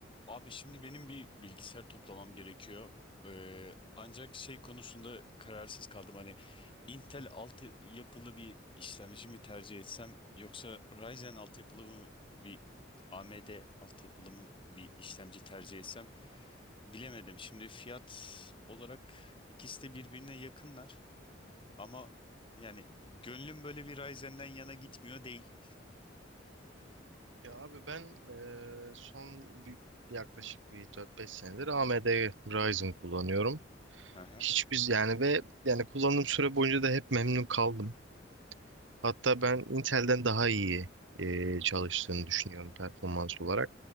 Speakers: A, on the left (about 25°); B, on the right (about 70°).
A: Abi şimdi benim bir bilgisayar toplamam gerekiyor. Ee, ancak şey konusunda kararsız kaldım. Hani Intel altı yapılı bir işlemci mi tercih etsem yoksa Ryzen altı yapılı mı bir AMD altı yapılı mı bir işlemci tercih etsem bilemedim. Şimdi fiyat olarak ikisi de birbirine yakınlar ama yani gönlüm böyle bir Ryzen'den yana gitmiyor değil.
B: Ya abi ben eee, son bir, yaklaşık bir dört beş senedir AMD Ryzen kullanıyorum.
A: Aha.
B: Hiç biz yani ve yani kullandığım süre boyunca da hep memnun kaldım. Hatta ben Intel'den daha iyi eee, çalıştığını düşünüyorum performans olarak.